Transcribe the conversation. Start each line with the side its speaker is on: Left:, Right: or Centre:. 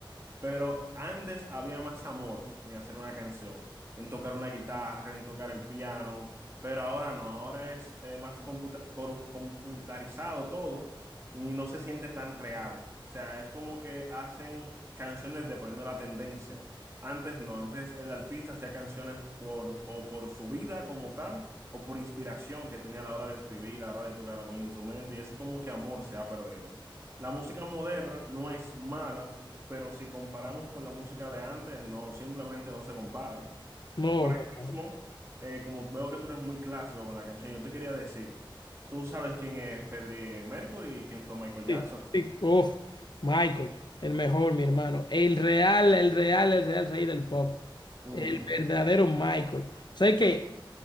Right: Pero antes había más amor en hacer una canción, en tocar una guitarra, en tocar el piano, pero ahora no, ahora es eh, más computa- coro- computarizado todo y no se siente tan real. O sea, es como que hacen canciones dependiendo de la tendencia. Antes no, antes el artista hacía canciones por, o por su vida como tal, o por inspiración que tenía a la hora de escribir, a la hora de tocar con instrumento, y ese como que amor se ha perdido. La música moderna no es mala pero si comparamos con la música de antes, no, simplemente no se compara.
Left: No,
Right: Por
Left: mi
Right: ahí
Left: hermano.
Right: mismo, eh, como veo que tú eres muy clásico con la canción, yo te quería decir, tú sabes quién es Freddie Mercury y quién fue Michael Jackson.
Left: Sí, sí, uf, Michael, el mejor, mi hermano. El real, el real, el real rey del pop.
Right: Ujú.
Left: El verdadero Michael. O sea que,